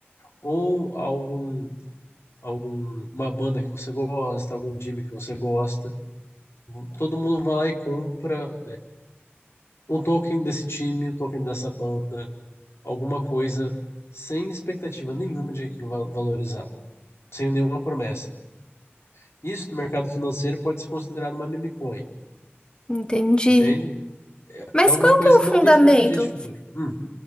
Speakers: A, on the left; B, on the left.
A: Ou algum, algum, uma banda que você gosta, algum time que você gosta. Todo mundo vai lá e compra um token desse time, um token dessa banda, alguma coisa sem expectativa nenhuma de que aquilo vai valorizar, sem nenhuma promessa. Isso no mercado financeiro pode ser considerado uma meme coin,
B: Entendi.
A: entende?
B: Mas
A: É alguma
B: qual
A: coisa
B: que é o
A: que
B: fundamento?
A: não tem expectativa de futuro. Hum,